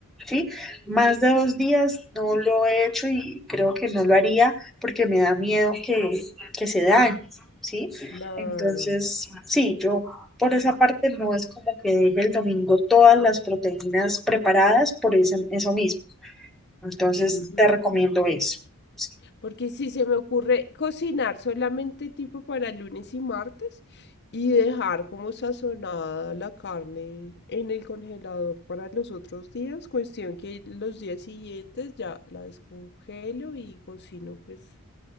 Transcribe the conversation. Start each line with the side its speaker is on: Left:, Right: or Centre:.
Centre: ¿Sí? Más de dos días no lo he hecho y creo que no lo haría porque me da miedo que, que se dañe, ¿sí?
Left: claro.
Centre: Entonces, sí, yo por esa parte no es como que deje el domingo todas las proteínas preparadas por ese- eso mismo. Entonces
Left: Ujú.
Centre: te recomiendo eso. Sí,
Left: Porque si se me ocurre cocinar solamente tipo para lunes y martes y dejar como sazonada la carne en el congelador para los otros días, cuestión que los días siguientes ya la descongelo y cocino pues